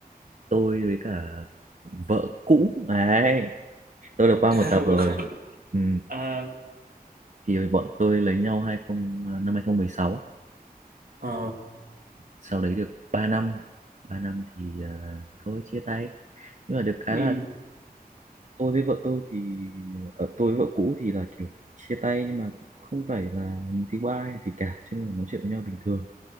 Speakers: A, on the right; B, on the right.
A: tôi với cả vợ cũ ấy, tôi đã qua
B: <laughs>
A: một tập
B: À, Vợ
A: rồi.
B: cũng-
A: ừ.
B: à,
A: Thì bọn tôi lấy nhau hai không ờ, năm hai không một sáu
B: ờ
A: sau đấy được 3 năm. ba năm thì ờ, thôi chia tay. Nhưng mà được cái
B: ừ
A: là tôi với vợ tôi thì ờ, tôi với vợ cũ thì là kiểu chia tay nhưng mà không phải là người thứ ba hay gì cả, cho nên là nói chuyện với nhau bình thường.